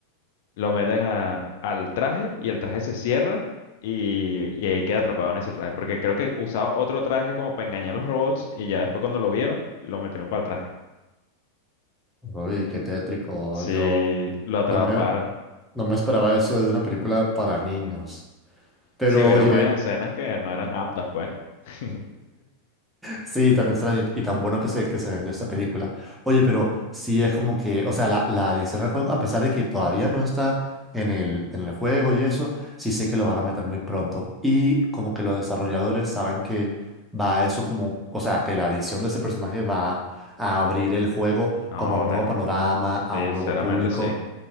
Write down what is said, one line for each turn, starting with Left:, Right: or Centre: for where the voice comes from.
Left: lo meten a- al traje y el traje se cierra y, y ahí queda atrapado en ese traje. Porque creo que usaba otro traje como para engañar a los robots y ya después cuando lo vieron, lo metieron para el traje.
Centre: Uy, qué tétrico,
Left: Sí,
Centre: yo
Left: lo atraparon.
Centre: no me, no me esperaba eso de una película para niños. Pero
Left: Sí, vieron
Centre: oye,
Left: varias escenas que no eran aptas, pues. <laughs>
Centre: Sí, tan extraño y y tan bueno que se, que se vendió esta película. Oye, pero sí es como que, o sea, la, la adición al juego, a pesar de que todavía no está en el, en el juego y eso, sí sé que lo van a meter muy pronto. Y como que los desarrolladores saben que va eso como, o sea, que la adición de ese personaje va a abrir el juego
Left: No,
Centre: como a un
Left: de-
Centre: nuevo panorama,
Left: sí,
Centre: a un nuevo
Left: sinceramente
Centre: público,
Left: sí.